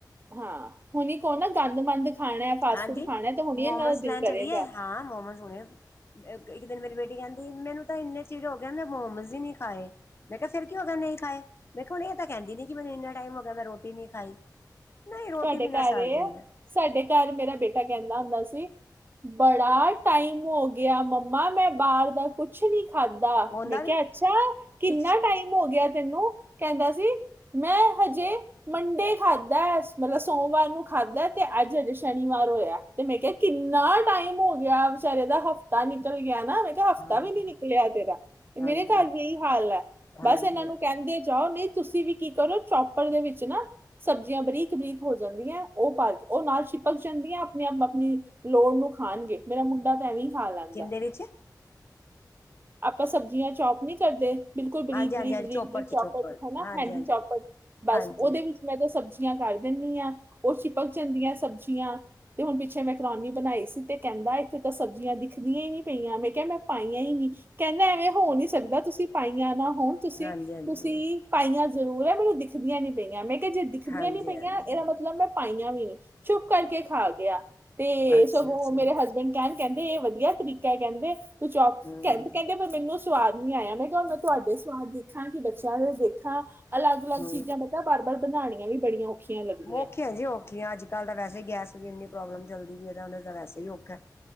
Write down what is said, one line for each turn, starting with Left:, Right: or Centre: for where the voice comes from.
Right: ਹਾਂ, ਹੁਣ ਕਹੁ ਨਾ ਗੰਦ ਮੰੰਦ ਖਾਣਾ ਫਾਸਟ
Left: ਹਾਂਜੀ
Right: ਫੂਡ ਖਾਣਾ ਤੇ ਹੁਣ
Left: ਮੋਮੋਸ
Right: ਇਹਨਾਂ ਦਾ
Left: ਲੈਣ
Right: ਦਿਲ ਕਰੇਗਾ।
Left: ਚਲੀਏ ਹਾਂ, ਮੋਮੋਜ਼ ਹੋਣੇ। ਇੱਕ ਦਿਨ ਮੇਰੀ ਬੇਟੀ ਕਹਿੰਦੀ, ਮੈਨੂੰ ਤਾਂ ਇੰਨੇ ਚਿਰ ਹੋ ਗ ਮੈਂ ਮੋਮਸ ਹੀ ਨੀ ਖਾਏ ਮੈਂ ਕਿਹਾ ਫਿਰ ਕੀ ਹੋ ਗਿਆ ਨਹੀਂ ਖਾਏ, ਮੈਂ ਕਿਹਾ ਹੁਣ ਇਹ ਤਾਂ ਕਹਿੰਦੀ ਨੀ ਕਿ ਮੈਨੂੰ ਇੰਨਾ ਟਾਈਮ ਹੋ ਗਿਆ, ਮੈਂ ਰੋਟੀ ਨਹੀਂ ਖਾਈ। ਨਹੀਂ ਰੋਟੀ
Right: ਤੁਹਾਡੇ
Left: ਬਿਨਾ
Right: ਘਰ
Left: ਸਰ
Right: ਏ
Left: ਜਾਦਾਂ।
Right: ਸਾਡੇ ਘਰ ਮੇਰਾ ਬੇਟਾ ਕਹਿੰਦਾ ਹੁੰਦਾ ਸੀ ਬੜਾ ਟਾਈਮ ਹੋ ਗਿਆ ਮੰਮਾ ਮੈਂ ਬਾਹਰ ਦਾ ਕੁਛ ਨੀ ਖਾਧਾ
Left: ਉਹਦਾ
Right: ਮੈਂ
Left: ਵੀ
Right: ਕਿਹਾ ਅੱਛਾ ਕਿੰਨਾ
Left: ਪਿੱਛ
Right: ਟਾਈਮ ਹੋ ਗਿਆ ਤੈਨੂੰ ਕਹਿੰਦਾ ਸੀ ਮੈਂ ਹਜੇ ਮੰਡੇ ਖਾਧਾ ਮਤਲਬ ਸੋਮਵਾਰ ਨੂੰ ਖਾਧਾ ਤੇ ਅੱਜ ਹਜੇ ਸ਼ਨੀਵਾਰ ਹੋਇਆ ਤੇ ਮੈਂ ਕਿਹਾ ਕਿੰਨਾ ਟਾਈਮ ਹੋ ਗਿਆ ਵਿਚਾਰੇ ਦਾ ਹਫ਼ਤਾ ਨਿਕਲ ਗਿਆ ਨਾ ਹਫ਼ਤਾ
Left: ਹਾਂ
Right: ਵੀ ਨੀ ਨਿਕਲਿਆ ਤੇਰਾ
Left: ਹਾਂਜੀ
Right: ਮੇਰੇ ਘਰ ਇਹੀ ਹਾਲ ਹੈ
Left: ਹਾਂਜੀ
Right: ਬਸ ਇਹਨਾਂ ਨੂੰ ਕਹਿੰਦੇ ਜਾਓ ਨਹੀਂ ਤੁਸੀਂ ਵੀ ਕੀ ਕਰੋ ਚੌਪਰ ਦੇ ਵਿੱਚ ਨਾ ਸਬਜ਼ੀਆਂ ਬਰੀਕ ਬਰੀਕ ਹੋ ਜਾਂਦੀ ਹੈ ਉਹ ਪਾ ਕੇ ਉਹ ਨਾਲ ਛਿਪਕ ਜਾਂਦੀ ਹੈ ਆਪਣੇ ਆਪ ਆਪਣੀ ਲੋੜ ਨੂੰ ਖਾਣਗੇ ਮੇਰਾ ਮੁੰਡਾ ਤਾਂ ਐਵੇਂ ਹੀ ਖਾ ਲੈਂਦਾ
Left: ਕਿੰਦੇ ਵਿੱਚ
Right: ਆਪਾਂ ਸਬਜ਼ੀਆਂ ਚੌਪ ਨਹੀਂ ਕਰਦੇ ਬਿਲਕੁਲ ਬਰੀਕ,
Left: ਹਾਂਜੀ
Right: ਬਰੀਕ,
Left: ਹਾਂਜੀ ਹਾਂਜੀ
Right: ਬਰੀਕ,
Left: ਚੋਪੜ
Right: ਬਰੀਕ
Left: ਚ
Right: ਚੋਪਰ
Left: ਚੋਪੜ
Right: ਹਨਾ
Left: ਹਾਂਜੀ
Right: ਹੈਂਡੀ
Left: ਹਾਂਜੀ
Right: ਚੋਪਰ ਬਸ
Left: ਹਾਂਜੀ
Right: ਉਹਦੇ ਵਿੱਚ ਮੈਂ ਤਾਂ ਸਬਜ਼ੀਆਂ ਕਰ ਦਿੰਨੀ ਆ ਉਹ ਚਿਪਕ ਜਾਂਦੀਆਂ ਸਬਜ਼ੀਆਂ ਤੇ ਹੁਣ ਪਿੱਛੇ ਮੈਂਕਰੋਨੀ ਬਣਾਈ ਸੀ ਤੇ ਕਹਿੰਦਾ ਇੱਥੇ ਤਾਂ ਸਬਜ਼ੀਆਂ ਦਿਖਦੀਆਂ ਹੀ ਨੀ ਪਈਆਂ ਮੈਂ ਕਿਹਾ ਮੈਂ ਪਾਈਆਂ ਹੀ ਨਹੀਂ ਕਹਿੰਦਾ ਐਵੇਂ ਹੋ ਨਹੀਂ ਸਕਦਾ ਤੁਸੀਂ ਪਾਈਆਂ ਨਾ ਹੋਣ ਤੁਸੀਂ,
Left: ਹਾਂਜੀ ਹਾਂਜੀ
Right: ਤੁਸੀਂ ਪਾਈਆਂ ਜ਼ਰੂਰ ਮੈਨੂੰ ਦਿਖਦੀਆਂ ਨੀ ਪਈਆਂ। ਮੈਂ ਕਿਹਾ ਜੇ ਦਿਖਦੀਆਂ
Left: ਹਾਂਜੀ
Right: ਨੀ ਪਈਆਂ
Left: ਹਾਂਜੀ
Right: ਇਹਦਾ ਮਤਲਬ ਮੈਂ ਪਾਈਆਂ ਵੀ ਨਹੀਂ ਚੁੱਪ ਕਰਕੇ ਖਾ ਗਿਆ ਤੇ
Left: ਅੱਛਾ
Right: ਸਗੋਂ
Left: ਅੱਛਾ
Right: ਮੇਰੇ ਹਸਬੈਂਡ ਕਹਿਣ ਕਹਿੰਦੇ ਇਹ ਵਧੀਆ ਤਰੀਕਾ ਹੈ ਕਹਿੰਦੇ ਤੂੰ ਚ
Left: ਹਮ
Right: ਕਹਿੰ ਪਰ ਮੈਨੂੰ ਸਵਾਦ ਨੀ ਆਇਆ। ਮੈਂ ਕਿਹਾ ਮੈਂ ਤੁਹਾਡੇ ਸਵਾਦ ਦੇਖਾਂ ਕਿ ਬੱਚਿਆਂ ਦੇ ਦੇਖਾਂ ਅਲੱਗ ਅਲੱਗ
Left: ਹਮ
Right: ਚੀਜ਼ਾਂ ਮੈਂ ਕਿਹਾ ਬਾਰ ਬਾਰ ਬਣਾਉਣੀਆਂ ਵੀ ਬੜੀਆਂ ਔਖੀਆਂ ਲੱਗਦੀਆਂ
Left: ਔਖੀਆਂ ਜੀ ਔਖੀਆ ਅੱਜ, ਕੱਲ ਤਾਂ ਵੈਸੇ ਹੀ ਗੈਸ ਦੀ ਇੰਨੀ ਪ੍ਰੋਬਲਮ ਚੱਲਦੀ ਪਈ ਹੈ। ਉਹ ਦਾ ਵੈਸੇ ਹੀ ਔਖਾ